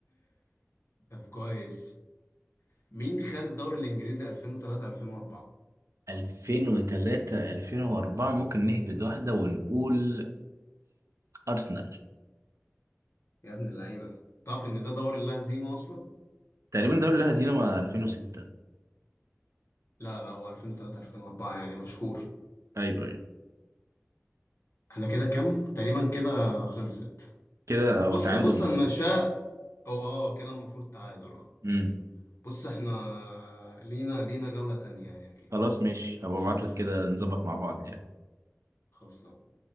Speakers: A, on the left; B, on the right.
A: طب كويس مين خد الدوري الانجليزي 2003 2004
B: 2003 2004 ممكن نهبد واحدة ونقول أرسنال
A: يا ابن اللعيبة تعرف ان ده دوري لا هزيمة اصلا
B: تقريبا دوري الهزيمة مع 2006
A: لا لا هو 2003 2004 يعني مشهور
B: أيوه أيوه
A: احنا كده كام تقريبا كده خلصت
B: كده هو
A: بص
B: تعادل
A: بص
B: المفروض
A: المشاء هو اه كده المفروض تعادل بقى.
B: امم
A: بص احنا لينا لينا جولة تانية يعني اكيد
B: خلاص ماشي هبقى
A: عشان
B: ابعت
A: نشوف
B: لك كده نظبط مع بعض يعني
A: خلصان